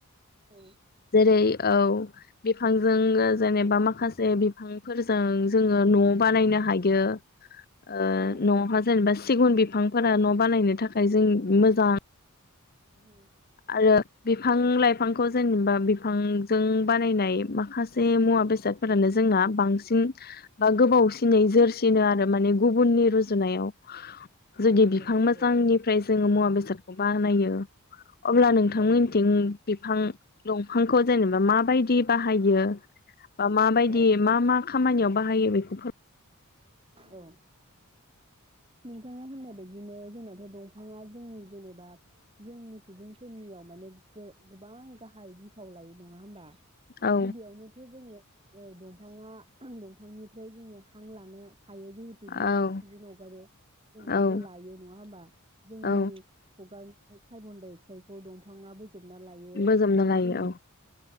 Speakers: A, on the right (about 25°); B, on the left (about 45°).
A: औ
B: जेरै औ बिफांजों जेनोबा माखासे बिफांफोरजों जोङो न' बानायनो हायो। ओ
A: औ
B: नहा
A: औ
B: जेनेबा सिगुन बिफांफोरा न' बानायनो थाखाय जों मोजां
A: औ
B: आरो बिफां लाइफांखौ जेनेबा बिफांजों बानायनाय माखासे मुवा बेसादफोरानो जोंना बांसिन बा गोबावसिनै जोरसिनो आरो माने गुबुननि रुजुनायाव जुदि बिफां
A: नंगौ
B: मोजांनिफ्राय जोङो मुवा बेसादखौ बाहानायो अब्ला नोंथांमोनथिं
A: औ
B: बिफां दंफांखौ जेनेबा माबायदि बाहायो बा मा बायदि
A: औ
B: मा मा खामानियाव बाहायो बेखौ फोर
A: औ नोंथाङा होननाय बिदिनो जोंनाथ' दंफाङा जोंनि जेनेबा जोंनि सुबुंफोरनियाव माने गोबां गाहाय बिफाव लायो नङा होमबा
B: औ
A: गिबियावनोथ' जोङो ओ दंफाङा दंफांनिफ्राय जोङो हां लानो हायो जिहेतु बियो
B: औ
A: अक्सिजेन हगारो जों बेखौ
B: औ
A: लायो नङा होमबा जोंनि
B: औ
A: हगारनाय कार्बन डाइ अक्साइडखौ दंफ थाङाबो जोबना लायो
B: बोजबना
A: बेनो
B: लायो
A: जोंनि
B: औ